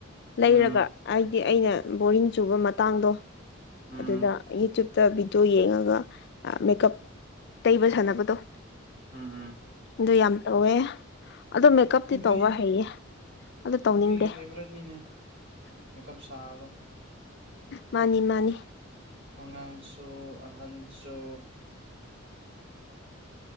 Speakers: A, on the left (about 55°); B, on the right (about 60°).
A: ꯂꯩꯔꯒ
B: ꯎꯝ
A: ꯍꯥꯏꯗꯤ ꯑꯩꯅ ꯕꯣꯔꯤꯡ ꯆꯨꯕ ꯃꯇꯥꯡꯗꯣ
B: ꯎꯝ
A: ꯑꯗꯨꯗ ꯌꯨꯇ꯭ꯨꯕꯇ ꯚꯤꯗꯤꯑꯣ ꯌꯦꯡꯉꯒ ꯃꯦꯀꯞ ꯇꯩꯕ ꯁꯥꯟꯅꯕꯗꯣ
B: ꯎꯝ ꯎꯝ
A: ꯑꯗꯨ ꯌꯥꯝ ꯇꯧꯋꯦ ꯑꯣ ꯃꯦꯀꯞꯇꯤ
B: ꯅꯨꯄꯤ
A: ꯇꯧꯕ ꯍꯩꯌꯦ ꯑꯗꯣ ꯇꯧꯅꯤꯡꯗꯦ
B: ꯅꯨꯄꯤꯒꯤ ꯐꯦꯕꯔꯦꯠꯅꯦ ꯃ ꯁꯥꯕꯗ
A: ꯃꯥꯅꯤ ꯃꯥꯅꯤ
B: ꯑꯉꯥꯡꯁꯨ ꯑꯍꯟ ꯁꯣ